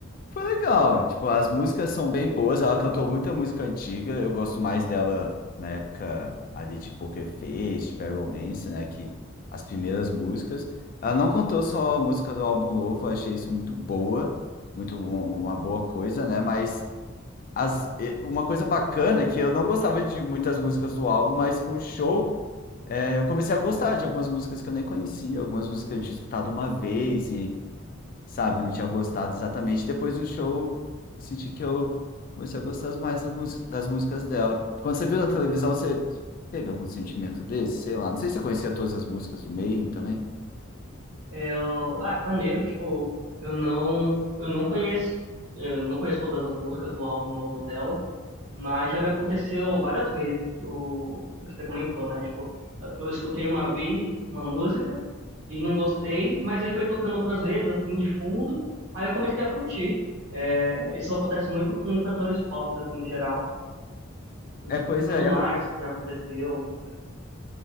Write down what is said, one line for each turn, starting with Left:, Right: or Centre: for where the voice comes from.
Left: Foi legal. Tipo, as músicas são bem boas. Ela cantou muita música antiga. Eu gosto mais dela na época ali de Poker Face, de Barry Romance, né? Que as primeiras músicas. Ela não cantou só a música do álbum novo. Eu achei isso muito boa, muito um- uma boa coisa, né? Mas as, e- uma coisa bacana é que eu não gostava de muitas músicas do álbum, mas com o show é, eu comecei a gostar de algumas músicas que eu nem conhecia, algumas músicas que eu tinha escutado uma vez sabe? Eu não tinha gostado exatamente. Depois do show, eu senti que eu comecei a gostar mais das, mús- das músicas dela. Quando você viu na televisão, você teve algum sentimento desse? Sei lá. Não sei se você conhecia todas as músicas do Mayhem também.
Right: Eu, ah, que maneiro, tipo, eu não, eu não conheço, eu não conheço todas as músicas do álbum novo dela. Mas já me aconteceu várias vezes o, o que você comentou, né? Tipo, eu escutei uma vez uma música e não gostei, mas aí foi tocando outras vezes, assim, de fundo, aí eu comecei a curtir. É, isso acontece muito com cantores pop, assim, no geral.
Left: É, pois
Right: Bruno
Left: é. e
Right: Mars
Left: aco-
Right: já aconteceu.